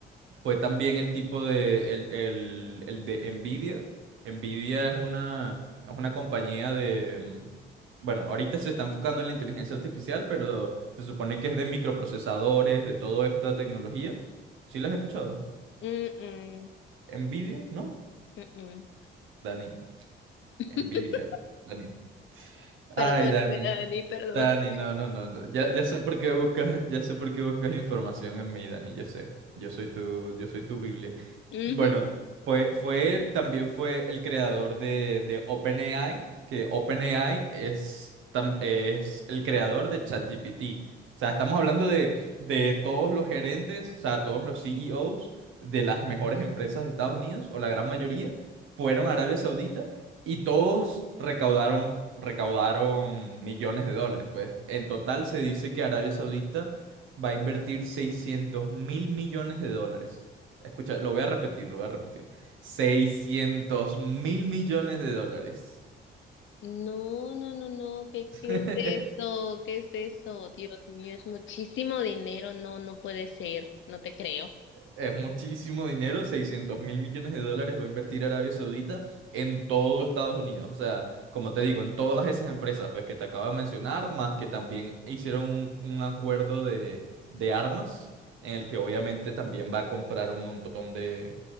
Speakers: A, on the right (about 85°); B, on the left (about 75°).
A: fue también el tipo de, el, el- el de Nvidia. Nvidia es una, es una compañía de, mm, bueno, ahorita se está enfocando en la inteligencia artificial, pero se supone que es de microprocesadores, de toda esta tecnología. ¿Sí las has escuchado?
B: Mm-mm,
A: Nvidia, ¿no?
B: mm-mm.
A: Dani,
B: <laughs>
A: Nvidia, Dani.
B: Perdóname,
A: Ay, Dani.
B: Dani, perdóname.
A: Dani, no, no, no, no. Ya, ya sé por qué buscas, ya sé por qué buscas información en mí, Dani, yo sé. Yo soy tu, yo soy tu Biblia.
B: Ujú.
A: Bueno, fue, fue él, también fue el creador de, de OpenAI, que OpenAI es, tam- es el creador de ChatGPT. O sea, estamos hablando de, de todos los gerentes, o sea, todos los CEOs de las mejores empresas de Estados Unidos, o la gran mayoría, fueron a Arabia Saudita y todos recaudaron, recaudaron millones de dólares, pues. En total se dice que Arabia Saudita va a invertir 600 mil millones de dólares. Escucha, lo voy a repetir, lo voy a repetir. 600 mil millones de dólares.
B: No, no, no, no, ¿qué,
A: <laughs>
B: qué es eso? ¿Qué es eso? Dios mío, es muchísimo dinero, no, no puede ser, no te creo.
A: Es muchísimo dinero, seiscientos mil millones de dólares va a invertir Arabia Saudita en todo Estados Unidos. O sea, como te digo, en todas esas empresas pues, que te acabo de mencionar, más que también hicieron un, un acuerdo de, de armas, en el que obviamente también va a comprar un montón de,